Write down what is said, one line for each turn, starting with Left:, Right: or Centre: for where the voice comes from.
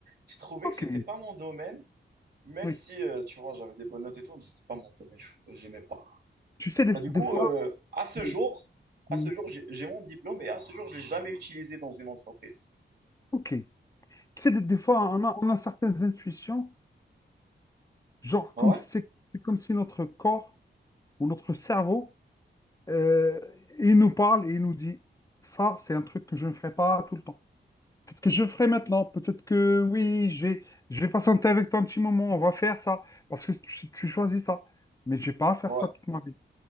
Right: Je trouvais
Left: Ok.
Right: que c'était pas mon domaine. Même
Left: Oui.
Right: si, euh, tu vois, j'avais des bonnes notes et tout, mais c'était pas mon domaine, je- j'aimais pas.
Left: Tu sais, des,
Right: Bah, du
Left: des
Right: coup,
Left: fois,
Right: euh, à ce
Left: mm,
Right: jour, à
Left: mm,
Right: ce jour, j'ai j'ai mon diplôme et à ce jour, je l'ai jamais utilisé dans une entreprise.
Left: ok. Tu sais, des, des fois, on a, on a certaines intuitions, genre
Right: Ouais,
Left: comme si c'est c'est comme si notre corps ou notre cerveau, euh, il nous parle et il nous dit, ça, c'est un truc que je ne ferai pas tout le temps. Peut-être que je le ferai maintenant. Peut-être que oui, je vais, je vais patienter avec toi un petit moment. On va faire ça. Parce que tu, tu choisis ça. Mais je vais pas faire
Right: ouais,
Left: ça toute ma vie.